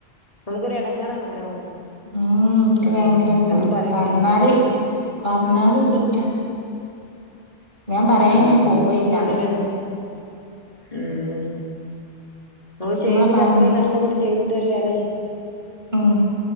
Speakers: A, on the left; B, on the right.
A: നമുക്കൊരു എടങ്ങാറാണ് അങ്ങനാമ്പോ.
B: ഉം ഇൻക്ക്
A: ഉം
B: ഭയങ്കര എടങ്ങേറാ.
A: അതൊന്നും പറയാനും
B: പറഞ്ഞാല്
A: വയ്യല്ലോല്ലേ
B: പറഞ്ഞാല് കുറ്റം ഞാൻ പറയാനന്
A: ആഹ്
B: പോവേയില്ല
A: ശരിയാണ് ഉം നമ്മള്
B: നമ്മളെ
A: ചെയ്തിട്ട്,
B: പറഞ്ഞ്
A: അത്രയും കഷ്ടപ്പെട്ട് ചെയ്തിട്ട് ഒരു വെലയും.
B: ഉം.